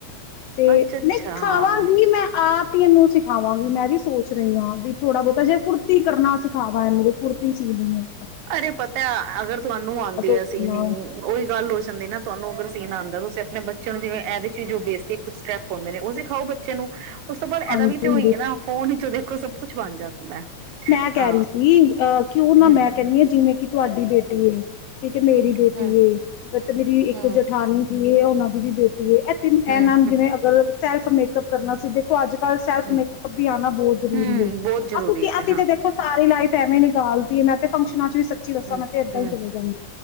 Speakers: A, on the left; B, on the right.
A: ਤੇ
B: ਅੱਛਾ ਅੱਛਾ
A: ਮੈਂ ਸਿਖਾਵਾਂਗੀ ਮੈਂ ਆਪ ਈ ਇਹਨੂੰ ਸਿਖਾਵਾਂਗੀ ਮੈਂ ਵੀ ਸੋਚ ਰਹੀ ਆ ਵੀ ਥੋੜਾ ਬਹੁਤਾ ਜੇ ਕੁੜਤੀ ਕਰਨਾ ਸਿਖਾ ਦਾ ਇਹਨੂੰ ਵੀ ਕੁੁਰਤੀ ਸੀਨੀ ਏ।
B: ਅਰੇ, ਪਤਾ ਅਗਰ ਤੁਹਾਨੂੰ ਆਂਦੀ ਏ
A: ਕਿੰਨਾ
B: ਸੀਨੀ, ਉਹੀ ਗੱਲ ਹੋ ਜਾਂਦੀ ਏ ਨਾ ਤੁਹਾਨੂੰ ਅਗਰ ਸੀਨਾ ਆਉਂਦਾ ਤੁਸੀਂ ਆਪਣੇ ਬੱਚੇ ਜਿਵੇਂ ਇਹਦੇ 'ਚ ਵੀ ਜੋ ਬੇਸਿਕ ਸਟੈਪ ਹੁਣ ਮੇਰੇ ਉਹ ਸਿਖਾਓ ਬੱਚੇ ਨੂੰ ਉਸ ਤੋਂ ਬਾਅਦ
A: ਹਾਂਜੀ
B: ਐਦਾ ਵੀ ਤੇ
A: ਹਾਂਜੀ
B: ਉਹੀ ਹੈ ਨਾ ਫੋਨ 'ਚ ਉਹਦੇ ਵੇਖੋ ਸਭ ਕੁਛ <unintelligible>
A: ਮੈਂ ਕਹਿ
B: ਹਾਂ
A: ਰਹੀ ਸੀ ਆ ਕਿਉਂ ਨਾ
B: ਹਮ
A: ਮੈਂ
B: ਹਮ
A: ਕਹਿਨੀ ਹਾਂ ਜਿਵੇਂ ਕੀ ਤੁਹਾਡੀ ਬੇਟੀ ਏ ਇੱਕ ਤੇ ਮੇਰੀ ਬੇਟੀ
B: ਹਮ
A: ਏ, ਤੇ ਮੇਰੀ ਇੱਕ
B: ਹਮ
A: ਜਠਾਨੀ ਇਹ ਉਹਨਾਂ ਦੀ ਵੀ ਬੇਟੀ ਏ ਇਹ ਤਿੰਨ
B: ਹਮ
A: ਐਨਾ ਨੂੰ ਜਿਵੇਂ ਅਗਰ ਚਾਏ ਤਾਂ ਮੇਕਅੱਪ ਕਰਨਾ ਸੀ ਦੇਖੋ ਅੱਜ ਕੱਲ ਸੈਲਫ
B: ਹਮ
A: ਮੇਕਅੱਪ ਵੀ ਆਣਾ ਬਹੁਤ ਜਰੂਰੀ
B: ਹਮ
A: ਏ।
B: ਬਹੁਤ ਜ਼ਰੂਰੀ
A: <unintelligible> ਤੁਸੀ
B: ਹੈ ਹਾਂ
A: ਦੇਖੋ ਸਾਰੀ ਲਾਈਫ ਮੈ ਵੀ ਨਿਕਾਲ ਤੀ ਮੈਂ ਤੇ ਫੰਕਸ਼ਨਾ 'ਚ ਵੀ ਸਚ ਸੱਚੀ ਦੱਸਾਂ
B: ਹਮ
A: ਮੈਂ ਤੇ ਏਦਾਂ
B: ਹਮ
A: ਹੀ ਚਲੇ ਜਾਨੀ।